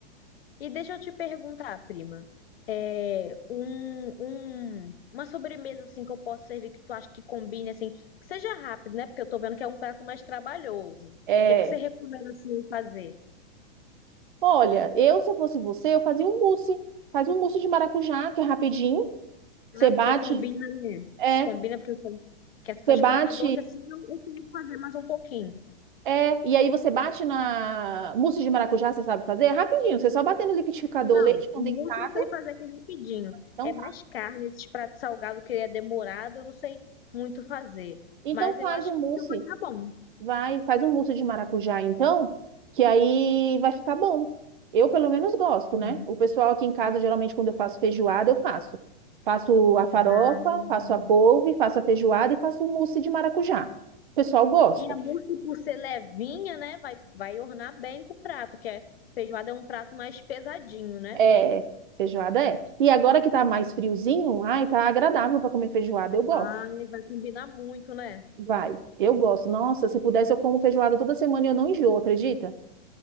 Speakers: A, on the left; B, on the right.
A: E deixa eu te perguntar, prima, é, um, um- uma sobremesa assim que eu posso servir que tu acha que combine assim, que seja rápido, né? Porque eu tô vendo que é um prato mais trabalhoso. O
B: É,
A: que que você recomenda assim fazer?
B: olha, eu se eu fosse você, eu fazia um mousse. Faz um mousse de maracujá, que é rapidinho. Você
A: Ah,
B: bate,
A: porque combina, né?
B: é,
A: Combina porque eu sei que essas
B: você bate
A: coisas doces assim eu eu sei fazer mais um pouquinho.
B: É, e aí você bate na mousse de maracujá, você sabe fazer? É rapidinho, você só bater no liquidificador,
A: Não,
B: leite condensado,
A: o mousse eu sei fazer aquele rapidinho.
B: então
A: É
B: tá.
A: mais carne, esses pratos salgados que ele é demorado, eu não sei muito fazer.
B: Então
A: Mas eu
B: faz
A: acho
B: um
A: que
B: mousse,
A: então vai dar bom.
B: vai, faz um mousse de maracujá então, que aí vai ficar bom. Eu pelo menos gosto,
A: Sim.
B: né? O pessoal aqui em casa, geralmente quando eu faço feijoada, eu faço. Faço a farofa,
A: Ah,
B: faço a couve, faço a feijoada e faço o mousse de maracujá. O pessoal gosta.
A: E a mousse, por ser levinha, né, vai, vai ornar bem com o prato, que é feijoada é um prato mais pesadinho, né?
B: É, feijoada é. E agora que tá mais friozinho, ai, tá agradável para comer feijoada, eu gosto.
A: Ai, vai combinar muito, né?
B: Vai. Eu gosto. Nossa, se pudesse, eu como feijoada toda semana e eu não enjoo, acredita?